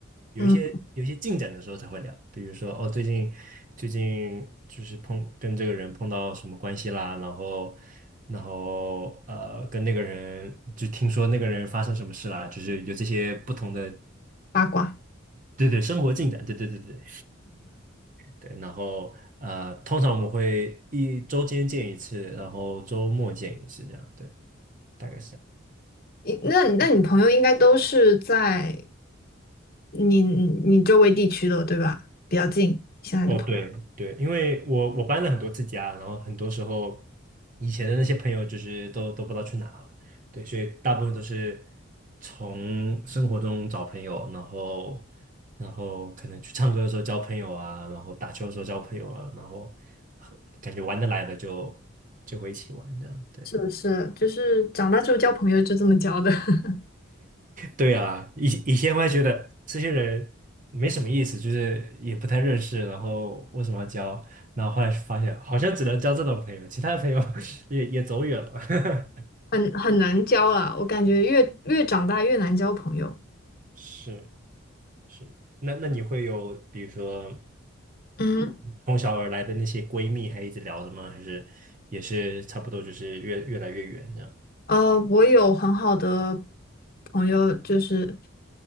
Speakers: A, on the right (about 40°); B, on the left (about 45°).
A: 有一些有一些进展的时候才会聊，
B: 嗯，
A: 比如说哦，最近最近就是碰跟这个人碰到什么关系啦，然后然后呃，跟那个人就听说那个人发生什么事啦，就是有这些不同的
B: 八卦。
A: 对对生活进展，对对对对对，然后呃，通常我们会一周间见一次，然后周末见一次这样，对，大概是。这样。
B: 诶那你那你朋友应该都是在你你周围地区的，对吧？比较近，现在的朋
A: 哦，对对，因为我我搬了很多次家，然后很多时候以前的那些朋友就是都都不知道去哪了，对，所以大部分都是从生活中找朋友，然后然后可能去唱歌的时候交朋友啊，然后打球的时候交朋友啊，然后感觉玩得来的就就会一起玩这样，对。
B: 是不是？就是长大之后交朋友就这么交的，<laughs>
A: 对啊，以以前我还觉得这些人没什么意思，就是也不太认识，然后为什么要交？然后后来发现，好像只能交这种朋友，其他的朋友 <laughs> 也也走远了。<laughs>
B: 很很难交啊。我感觉越越长大越难交朋友。
A: 是是，那那你会有比如说
B: 嗯，
A: 从小而来的那些闺蜜还一直聊着吗？还是也是差不多，就是越越来越远这样？
B: 呃，我有很好的朋友，就是。